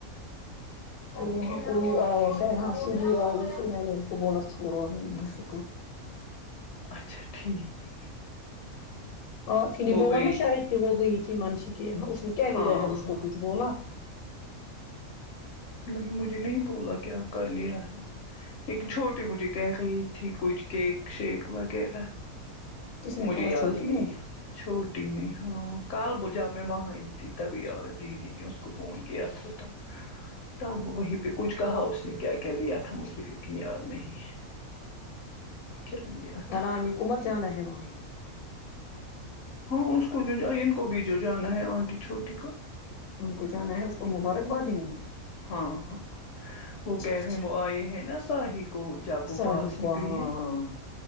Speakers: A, on the left; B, on the left.
A: اوکے
B: وہاں
A: اوکے
B: کوئی
A: اوکے
B: آ شاید ہاں شبی آ گئی پھر میں نے اس کو بولا چھوڑو <unintelligible> سے
A: اچھا ٹھیک
B: آپ ہی نے
A: وہ
B: بولا
A: گئے
B: نا شاید
A: تھے
B: کہ وہ گئی تھی منشی کے اس نے کیا
A: ہاں
B: لیا ہے اس
A: ہاں
B: کو کچھ بولا
A: نہیں مجھے نہیں بولا کیا کر لیا ہے ایک چھوٹی مجھے کہہ رہی تھی کچھ کیک شیک وغیرہ
B: کس نے
A: مجھے
B: بولا
A: یاد
B: چھوٹی
A: ہی نہیں
B: نے
A: چھوٹی نہیں ہاں کال بو جا میں وہاں ہی تھی تبھی اور دیدی نے اس کو فون کیا تھا تو تب وہی پے کچھ کہا اس نے کیا کیا لیا تھا مجھے لیکن یاد نہیں کیا لیا تھا
B: رانی کمت جان ہے وہاں
A: ہاں اس کو جو ججایت کو بھی جو جانا ہے آنٹی چھوٹی کا
B: ان کو جانا ہے اس کو مبارک باد دینی ہے
A: ہاں ہاں وہ کہہ
B: اچھا
A: رہے ہیں وہ آئے ہیں نا ساحل کو چاپو
B: ساحل
A: پاس
B: کو
A: نکلی
B: ہاں
A: ہے